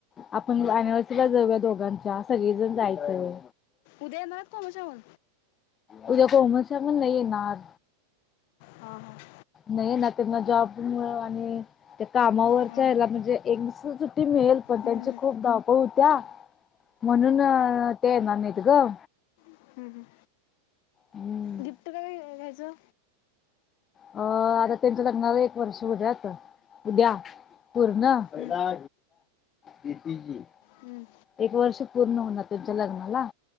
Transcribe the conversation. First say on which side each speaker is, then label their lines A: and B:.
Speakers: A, on the left; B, on the left.
A: आपण अॅनिव्हर्सरीला जाऊया दोघां त्या सगळीजण जायचंय
B: उद्या येणार आहेत कोमशावर
A: उद्या कोमल संग नाही येनार.
B: हंं - हं
A: नाही ना त्यांना जॉब मुळं आणि त्या कामावरच्या
B: हा
A: याला म्हणजे एनं सज ती मळेल पण
B: हम्म,
A: त्यांचे खूप धावपळ हो त्या म्हणून अ ते मामीएत ग.
B: हम्म हम्म
A: हम्म
B: गिफ्ट काय घ्यायचं?
A: अं आता त्यांच्या लग्नाला एक वर्ष होत्यात उद्या. पूर्ण हा
B: हम्म.
A: बीपीची.
B: हम्म.
A: एक वर्ष पूर्ण होणार त्यांच्या लग्नाला